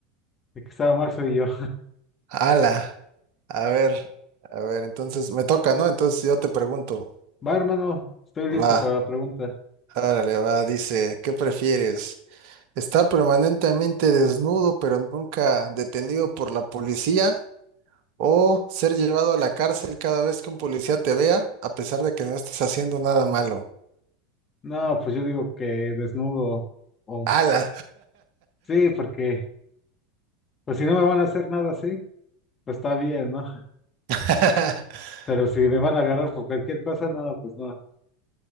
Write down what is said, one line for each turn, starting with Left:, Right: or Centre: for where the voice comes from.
Left: el que estaba mal soy yo.
Right: Ala. A ver, a ver, entonces me toca, ¿no? Entonces yo te pregunto,
Left: <laughs> Va, hermano, estoy listo
Right: va,
Left: para la pregunta.
Right: árale, va, dice, ¿qué prefieres? ¿Estar permanentemente desnudo, pero nunca detenido por la policía? O ser llevado a la cárcel cada vez que un policía te vea, a pesar de que no estés haciendo nada malo.
Left: No, pues yo digo que desnudo. o-
Right: ¡Hala!
Left: sí, porque, pues si no me van a hacer nada así, pues está bien, ¿no?
Right: <laughs>
Left: <laughs> Pero si me van a agarrar por cualquier cosa, no, pues no.